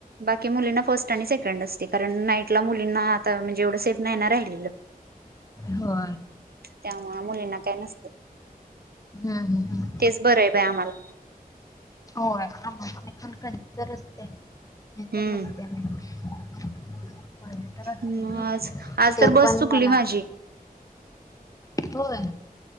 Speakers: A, on the right; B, on the left.
A: बाकी मुलींना फर्स्ट आणि सेकंड असते कारण नाईटला मुलींना आता म्हणजे एवढं सेफ नाही ना राहिलेलं
B: हो
A: त्यामुळे मुलींना काय नसते
B: हम् हम हम
A: तेच बरं आहे बाय आम्हाला
B: हो पण काहीतर असते नाहीतर
A: हम्म.
B: नसते नाही माझं तर असले
A: मग
B: की
A: आज आज
B: ते
A: तर बस
B: पण
A: चुकली
B: मनात
A: माझी
B: होय